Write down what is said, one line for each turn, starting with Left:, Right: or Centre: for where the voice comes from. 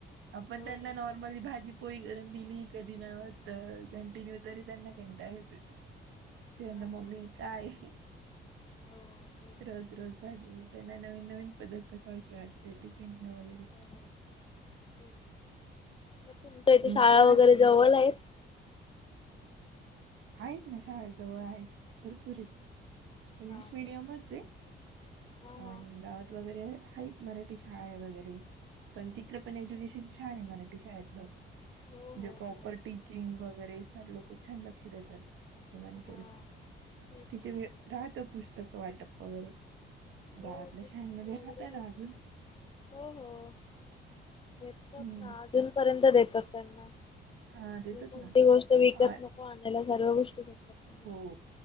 Right: आपण
Left: हो
Right: त्यांना
Left: ना
Right: नॉ <unintelligible> भाजी पोळी करून दिली कधी नव्हत कंटिन्यूतरी त्यांना कंटाळा येतोय.
Left: हा
Right: ते आता
Left: ना
Right: मम्मी काय
Left: हो तेच
Right: रोज रोज. भाजी पोळी त्यांना नवीन नवीन पदार्थ खावेशे वाटते टिफिन ला वगैरे.
Left: तर. तेच. मग तुमच्या
Right: अं,
Left: इथे शाळा
Right: पोरांनी
Left: वगैरे जवळ आहेत?
Right: आहेत ना शाळेजवळ आहेत भरपूर आहेत इंग्लिश
Left: हा
Right: मिडियमच
Left: ते
Right: ये.
Left: हा
Right: आणि
Left: हा
Right: गावात वगैरे आहेत. मराठी शाळा आहे वगैरे, पण तिथलं पण एज्युकेशन छान आहे मराठी शाळेतलं.
Left: हो हो
Right: जे प्रॉपर
Left: भारत
Right: टीचिंग वगैरे सर लोक छान लक्ष देतात मुलांकडे
Left: हा तेच
Right: तिथे
Left: ना
Right: वेळ राहत पुस्तक वाटप वगैरे
Left: हो
Right: गावातल्या
Left: पुस्तक
Right: शाळांमध्ये
Left: वगैरे
Right: राहतं
Left: भेट
Right: ना अजून.
Left: हो हो देतात
Right: हं.
Left: ना अजून पर्यंत देतात त्यांना.
Right: हां, देतात
Left: कोणती
Right: ना.
Left: गोष्ट विकत
Right: आ
Left: नको आणायला सर्व गोष्टी भेटतात. त्यांना.
Right: हो